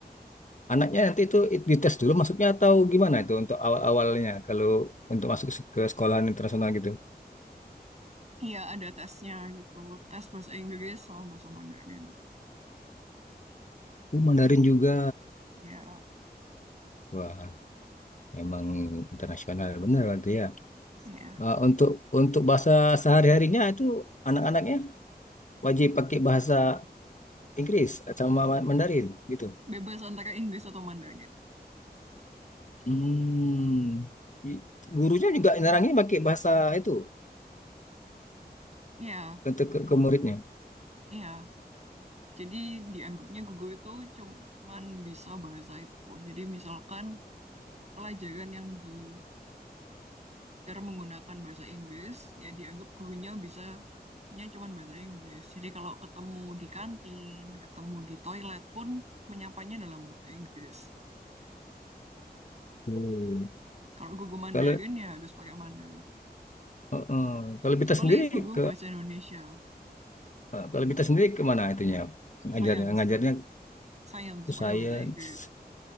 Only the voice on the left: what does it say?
Anaknya nanti itu dites dulu masuknya atau gimana itu untuk awal-awalnya kalau untuk masuk se- ke sekolahan internasional gitu.
Uh, Mandarin juga.
Wah, emang internasional bener berarti ya.
Uh, untuk untuk bahasa sehari-harinya itu anak-anaknya wajib pakai bahasa Inggris sama Mandarin gitu.
Hmm. I- Gurunya juga nerangin pakai bahasa itu
untuk ke, ke muridnya.
Hmm.
Kalau
uh-uh. Kalau
kita sendiri
Nah, kalau kita sendiri kemana itunya? Ngajarnya,
ngajarnya
ke
sains.